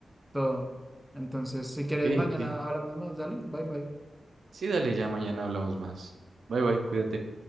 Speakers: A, in the centre; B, on the right.
A: todo. Entonces, si quieres
B: ok,
A: mañana
B: ok.
A: hablamos más, dale, bye bye.
B: Sí, dale, ya mañana hablamos más. Bye, bye, cuídate.